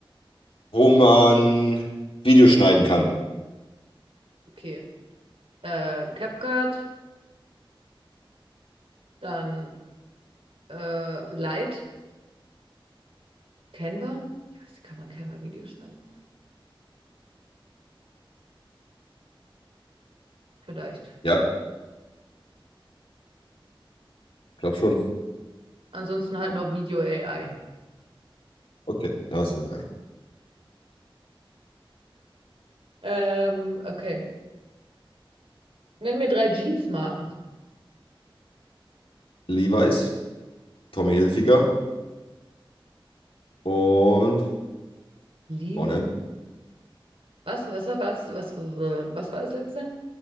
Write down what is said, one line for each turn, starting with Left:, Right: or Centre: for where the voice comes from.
Left: wo man Videos schneiden kann.
Right: Okay. Äh, CapCut, dann äh, Light, Canva. Ich weiß nicht, kann man Canva-Videos schneiden? Vielleicht.
Left: Ja, ich glaube schon.
Right: Ansonsten halt noch Video-AI.
Left: Okay, das sind drei.
Right: Ähm, okay. Nenn mir drei Jeansmarken.
Left: Levi's, Tommy Hilfiger und
Right: Levi's.
Left: H und M.
Right: Was, was, was, was, was, was war das letzte?